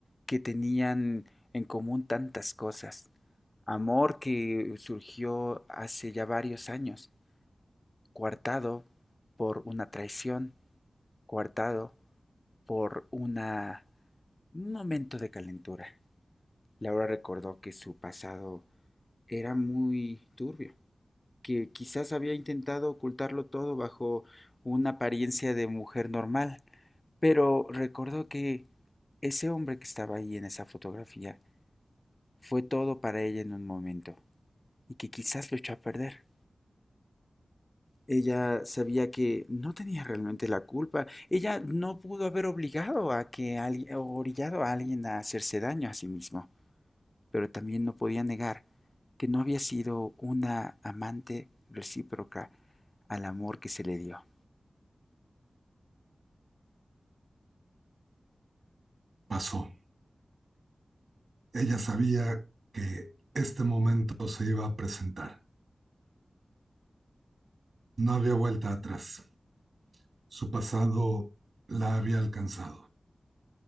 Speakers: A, on the left; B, on the right.
A: que tenían en común tantas cosas, amor que surgió hace ya varios años, coartado por una traición, coartado por una, un momento de calentura. Laura recordó que su pasado era muy turbio, que quizás había intentado ocultarlo todo bajo una apariencia de mujer normal, pero recordó que ese hombre que estaba ahí en esa fotografía fue todo para ella en un momento y que quizás lo echó a perder. Ella sabía que no tenía realmente la culpa. Ella no pudo haber obligado a que alguien, o orillado a alguien a hacerse daño a sí mismo. pero también no podía negar que no había sido una amante recíproca al amor que se le dio.
B: Pasó. Ella sabía que este momento se iba a presentar. No había vuelta atrás. Su pasado la había alcanzado.